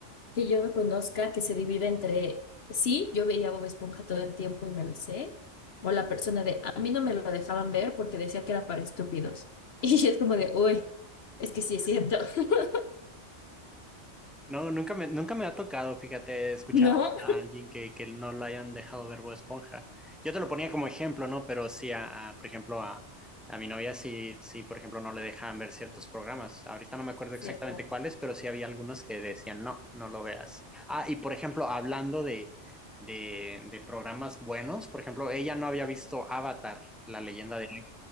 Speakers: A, on the left; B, in the centre.
A: que yo no conozca que se divida entre, sí, yo veía Bob Esponja todo el tiempo y me lo sé, o la persona de, a mí no me lo dejaban ver porque decía que era para estúpidos. <laughs> Y es como de, uy, es que sí es cierto, <laughs>
B: No, nunca me, nunca me ha tocado, fíjate, escuchar
A: ¿no?
B: a, a alguien que, que no lo hayan dejado ver Bob Esponja. Yo te lo ponía como ejemplo, ¿no? Pero sí, a, a, por ejemplo, a, a mi novia sí, sí, por ejemplo, no le dejaban ver ciertos programas. Ahorita no me acuerdo
A: Sí.
B: exactamente cuáles, pero sí había algunos que decían, no, no lo veas. Ah, y por ejemplo, hablando de, de, de programas buenos, por ejemplo, ella no había visto Avatar, la leyenda de... Aang.